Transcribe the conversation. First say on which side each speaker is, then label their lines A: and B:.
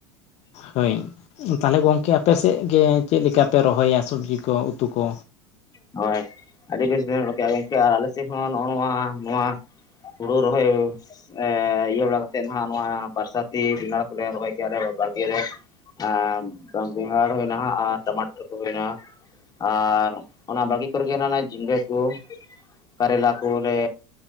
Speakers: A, on the left; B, on the left.
A: ᱦᱳᱭ᱾ ᱛᱟᱦᱚᱞᱮ ᱜᱚᱝᱠᱮ ᱟᱯᱮ ᱥᱮᱫ ᱜᱮ ᱪᱮᱫ ᱞᱮᱠᱟᱯᱮ ᱨᱚᱦᱚᱭᱟ ᱥᱚᱵᱽᱡᱤ ᱠᱚ ᱩᱛᱩ ᱠᱚ?
B: ᱦᱳᱭ᱾ ᱟᱹᱰᱤ ᱵᱮᱥ ᱵᱮᱱ ᱨᱚᱲ ᱠᱮᱜ-ᱟ ᱜᱚᱝᱠᱮ ᱟᱨ ᱟᱞᱮ ᱥᱮᱫ ᱦᱚᱸ ᱱᱚᱜ-ᱚ ᱱᱚᱣᱟ ᱱᱚᱣᱟ ᱦᱩᱲᱩ ᱨᱚᱦᱚᱭ ᱮ ᱤᱭᱟᱹ ᱵᱟᱲᱟ ᱠᱟᱛᱮᱫ ᱦᱟᱸᱜ ᱱᱚᱣᱟ ᱵᱟᱨᱥᱟᱛᱤ ᱵᱮᱸᱜᱟᱲ ᱠᱚᱞᱮ ᱨᱚᱦᱚᱭ ᱠᱮᱫᱟ ᱵᱟᱲᱜᱮ ᱨᱮ, ᱮ ᱵᱮᱸᱜᱟᱲ ᱦᱩᱭᱮᱱᱟ ᱦᱟᱸᱜ ᱟᱨ ᱴᱟᱢᱟᱴᱳ ᱠᱚ ᱦᱩᱭᱮᱱᱟ᱾ ᱟᱨ ᱚᱱᱟ ᱵᱷᱟᱲᱜᱤ ᱠᱚᱨᱮᱜᱮ ᱚᱱᱮ ᱚᱱᱟ ᱡᱷᱤᱸᱜᱟᱹ ᱠᱚ᱾ ᱯᱟᱨᱮᱞᱟ ᱠᱚᱞᱮ